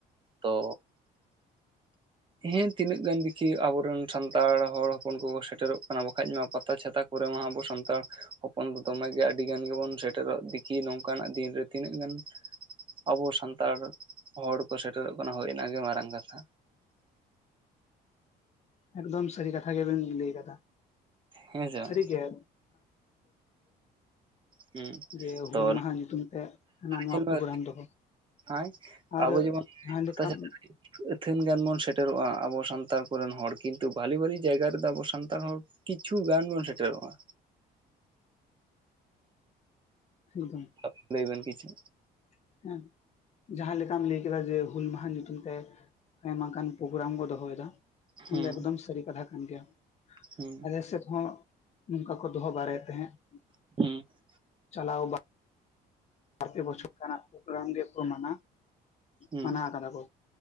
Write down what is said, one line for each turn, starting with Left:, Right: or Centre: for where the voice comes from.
Right: ᱛᱚ
Left: <unintelligible>
Right: ᱦᱮᱸ ᱛᱤᱱᱟᱹᱜ ᱜᱟᱱ ᱫᱠᱷᱤ ᱟᱵᱚᱨᱮᱱ ᱥᱟᱱᱛᱟᱲ ᱦᱚᱲ ᱦᱚᱯᱚᱱ ᱠᱚᱠᱚ ᱥᱮᱴᱮᱨᱚᱜ ᱠᱟᱱᱟ ᱵᱟᱠᱷᱟᱡ ᱢᱟ ᱯᱟᱛᱟ ᱪᱷᱟᱛᱟ ᱠᱚᱨᱮᱢᱟ ᱟᱵᱚ ᱥᱟᱱᱛᱟᱲ ᱦᱚᱯᱚᱱ ᱫᱚ ᱫᱚᱢᱮᱜ ᱜᱮ ᱟᱹᱰᱤ ᱜᱟᱱ ᱜᱮᱵᱚᱱ ᱥᱮᱴᱮᱨᱚᱜ ᱫᱤᱠᱤ ᱱᱚᱝᱠᱟᱱᱟᱜ ᱫᱤᱱ ᱨᱮ ᱛᱤᱱᱟᱹᱜ ᱜᱟᱱ ᱟᱵᱚ ᱥᱟᱱᱛᱟᱲ ᱦᱚᱲ ᱠᱚ ᱥᱮᱴᱮᱨᱚᱜ ᱠᱟᱱᱟ ᱦᱳᱭᱱᱟ ᱜᱮ ᱢᱟᱨᱟᱝ ᱠᱟᱛᱷᱟ,
Left: ᱮᱠᱫᱚᱢ ᱥᱟᱹᱨᱤ ᱠᱟᱛᱷᱟ ᱜᱮᱵᱮᱱ ᱞᱟᱹᱭ ᱠᱟᱫᱟ
Right: ᱦᱮᱸ ᱥᱮ ᱵᱟᱝ
Left: ᱥᱟᱹᱨᱤᱜᱮ, <inaudible>
Right: ᱦᱩᱸ
Left: ᱡᱮ ᱦᱩᱞ
Right: ᱛᱚ
Left: ᱢᱟᱦᱟ ᱧᱩᱛᱩᱢ ᱛᱮ ᱦᱟᱱᱟ ᱱᱚᱣᱟ
Right: ᱧᱮᱞ
Left: ᱯᱨᱳᱜᱨᱟᱢ
Right: ᱢᱮ
Left: ᱫᱚᱦᱚ
Right: <inaudible>
Left: ᱟᱨ ᱡᱟᱦᱟᱸ ᱞᱮᱠᱟᱢ
Right: ᱟᱹᱛᱷᱟᱹᱱ ᱜᱟᱱ ᱵᱚᱱ ᱥᱮᱴᱮᱨᱚᱜᱼᱟ ᱟᱵᱚ ᱥᱟᱱᱛᱟᱲ ᱠᱚᱨᱮᱱ ᱦᱚᱲ ᱠᱤᱱᱛᱩ ᱵᱷᱟᱞᱤ ᱵᱷᱟᱞᱤ ᱡᱟᱭᱜᱟ ᱨᱮᱫᱚ ᱟᱵᱚ ᱥᱟᱱᱛᱟᱲ ᱦᱚᱲ ᱠᱤᱪᱷᱩ ᱜᱟᱱ ᱵᱚᱱ ᱥᱮᱴᱮᱨᱚᱜᱼᱟ,
Left: ᱮᱠᱫᱚᱢ
Right: <inaudible> ᱞᱟᱹᱭ ᱵᱮᱱ ᱠᱤᱪᱷᱩ
Left: <unintelligible> ᱡᱟᱦᱟᱸ ᱞᱮᱠᱟᱢ ᱞᱟᱹᱭ ᱠᱮᱫᱟ ᱡᱮ ᱦᱩᱞ ᱢᱟᱦᱟ ᱧᱩᱛᱩᱢ ᱛᱮ ᱟᱭᱢᱟ ᱜᱟᱱ ᱯᱨᱳᱜᱨᱟᱢ ᱠᱚ ᱫᱚᱦᱚᱭᱮᱫᱟ,
Right: ᱦᱩᱸ
Left: ᱚᱱᱟ ᱫᱚ ᱮᱠᱫᱚᱢ ᱥᱟᱹᱨᱤ ᱠᱟᱛᱷᱟ ᱠᱟᱱ ᱜᱮᱭᱟ,
Right: ᱦᱩᱸ
Left: ᱟᱞᱮ ᱥᱮᱫ ᱦᱚᱸ ᱱᱚᱝᱠᱟ ᱠᱚ ᱫᱚᱦᱚ ᱵᱟᱲᱟᱭ ᱛᱟᱦᱮᱸᱫ ᱾
Right: <unintelligible>
Left: ᱪᱟᱞᱟᱣ <inaudible> <unintelligible> ᱯᱨᱳᱜᱨᱟᱢ ᱜᱮᱠᱚ ᱢᱟᱱᱟ
Right: ᱦᱩᱸ
Left: ᱢᱟᱱᱟᱣ ᱟᱠᱟᱫᱟ ᱠᱚ